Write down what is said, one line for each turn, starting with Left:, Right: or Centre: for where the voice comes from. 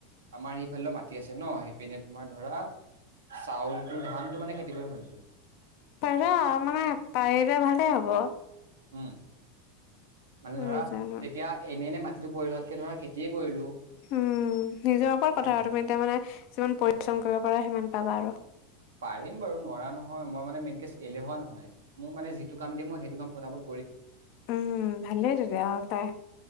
Right: আমাৰ সেইফালেও মাটি আছে ন'। সেইপিনে তোমাৰ ধৰা চাউলটো ধানটো মানে খেতি কৰিম ভাবিছো।
Left: পাৰিব মানে পাৰিলে ভালেই হ'ব।
Right: উম। মানে ধৰা
Left: নিজৰ
Right: তেতিয়া এনেই এনেই মাটিটো পৰি থকাতকে ধৰা খেতিয়ে কৰিলো।
Left: উম নিজৰ ওপৰত
Right: কেনেকুৱা
Left: কথা
Right: হ'ব
Left: তুমি এতিয়া মানে যিমান পৰিশ্ৰম কৰিব পাৰা সিমান পাবা আৰু।
Right: পাৰিম বাৰু নোৱাৰা নহয় মই মানে মেনকে এলেহুৱা নহয় মোক মানে যিটো কাম দিয়ে মই সেইটো কাম পটাপত
Left: উম ভালেই তেতিয়া আৰু তাই।